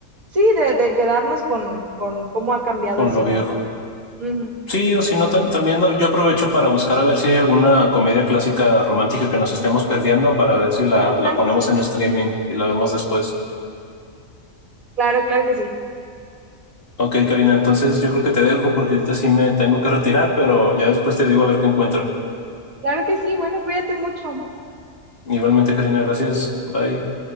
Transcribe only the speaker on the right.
Sí, de, de quedarnos con, con cómo ha cambiado
el cine
hasta ahora. Ujú.
Ah, claro,
sí.
Claro, claro que sí.
Claro que sí. Bueno, cuídate mucho.